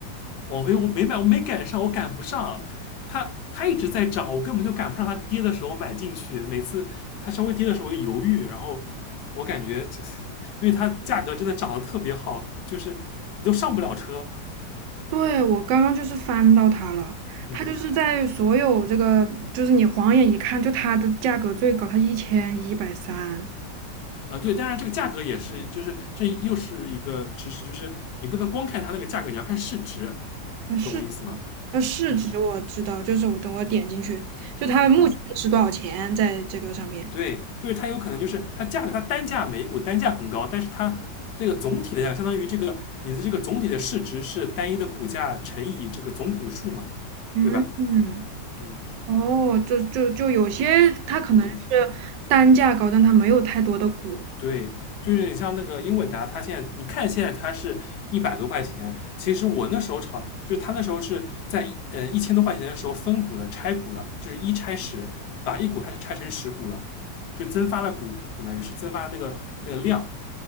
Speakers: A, on the left; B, on the right.
A: 网飞我没买，我没赶上，我赶不上。它它一直在涨，我根本就赶不上它跌的时候买进去。每次它稍微跌的时候我就犹豫，然后我感觉因为它价格真的涨得特别好，就是你都上不了车。
B: 对，我刚刚就是翻到它了，
A: 嗯
B: 它就是在所有这个，就是你晃眼一看，就它的价格最高，它一千一百三。
A: 啊、呃对，当然这个价格也是，就是这又是一个知识，就是你不能光看它那个价格，你要看市值，
B: 呃市
A: 懂我意思吗？
B: 呃市值我知道，
A: 嗯
B: 就是我等我点进去，就它目前是多少钱在这个上面。
A: 啊、对，就是它有可能就是它价格，它单价每股单价很高，但是它这个总体的价格相当于这个你的这个总体的市值是单一的股价乘以这个总股数嘛，对吧？
B: 嗯嗯，
A: 嗯
B: 哦，就就就有些它可能是
A: 嗯，
B: 单价高，但它没有太多的股，
A: 对，就是你像那个英伟达，它现在你看现在它是一百多块钱，其实我那时候炒，就是它那时候是在一呃一千多块钱的时候分股了，拆股了，就是一拆十，把一股开始拆成十股了，就增发了股，相当于是增发那个那个量。